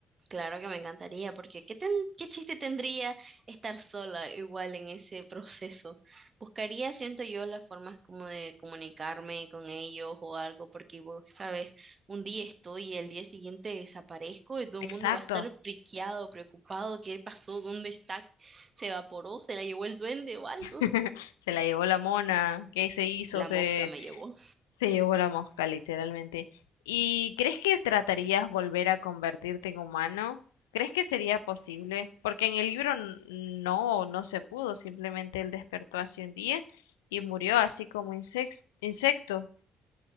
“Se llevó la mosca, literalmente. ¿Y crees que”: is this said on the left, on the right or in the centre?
Left